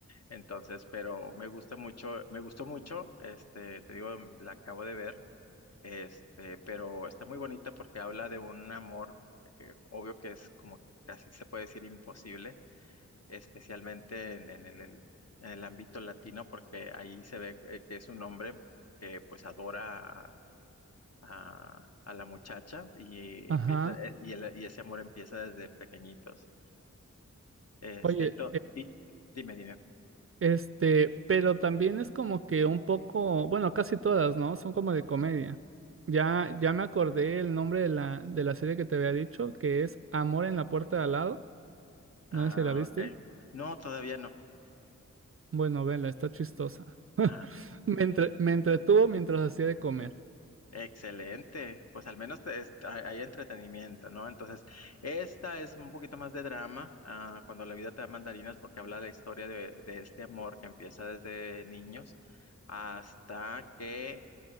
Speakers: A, on the left; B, on the right.
A: Entonces, pero me gusta mucho, me gustó mucho, este, te digo, la acabo de ver, este, pero está muy bonita porque habla de un amor que obvio que es como casi se puede decir imposible especialmente en, en el, el- en el ámbito latino, porque ahí se ve eh, que es un hombre que pues adora a, a- a la muchacha y empieza
B: Ajá.
A: eh, y, el- y ese amor empieza desde pequeñitos. Este,
B: Oye,
A: y, to- y dime, dime.
B: Este, pero también es como que un poco, bueno, casi todas, ¿no? Son como de comedia. Ya, ya me acordé el nombre de la, de la serie que te había dicho, que es Amor en la puerta de al lado.
A: Ah,
B: No sé si la viste.
A: ok. No, todavía no.
B: Bueno, vela, está chistosa. <laughs>
A: Ah,
B: Me entre- me entretuvo mientras hacía de comer.
A: Excelente, pues al menos te- es- hay hay entretenimiento, ¿no? Entonces, esta es un poquito más de drama, ah, cuando la vida te da mandarinas, porque habla de la historia de, de este amor que empieza desde niños hasta que